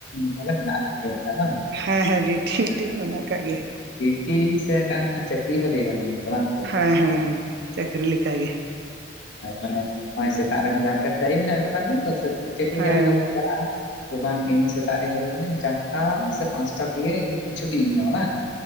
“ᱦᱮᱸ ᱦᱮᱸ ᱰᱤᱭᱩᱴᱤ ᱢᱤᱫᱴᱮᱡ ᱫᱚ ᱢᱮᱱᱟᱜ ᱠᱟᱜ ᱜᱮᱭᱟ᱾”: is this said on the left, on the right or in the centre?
Right